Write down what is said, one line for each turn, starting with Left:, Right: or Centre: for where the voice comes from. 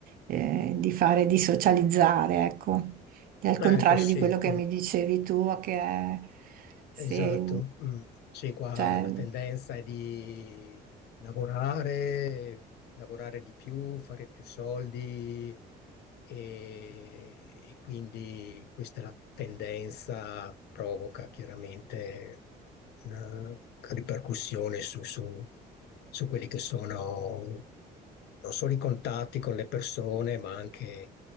Right: eh, di fare, di socializzare, ecco. E al
Left: Ecco,
Right: contrario
Left: sì.
Right: di quello
Left: mm.
Right: che mi dicevi tu, che è, se,
Left: Esatto, mm. Sì, qua
Right: cioè,
Left: la tendenza è di lavorare, lavorare di più, fare più soldi e, e quindi questa è la tendenza provoca chiaramente una ripercussione su, su- su quelli che sono non solo i contatti con le persone, ma anche